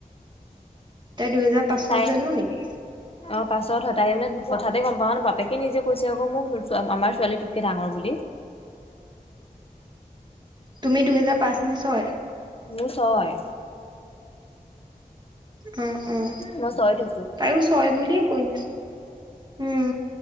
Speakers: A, on the right; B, on the left.
A: তাই দুহেজাৰ পাঁচত
B: তাই
A: জন্ম নেকি?
B: অ'! পাঁচত হয়। তাই মানে, কথাতে গম পাওঁ ন'! বাপেকে নিজে কৈছে, আকৌ মোক, আমাৰ ছোৱালী তোতকে ডাঙৰ বুলি।
A: তুমি দুহেজাৰ পাঁচ নে ছয়?
B: মোৰ ছয়।
A: উম, উম!
B: মই ছয়ত হৈছো।
A: তাইয়ো ছয় বুলিয়ে কৈ, উম।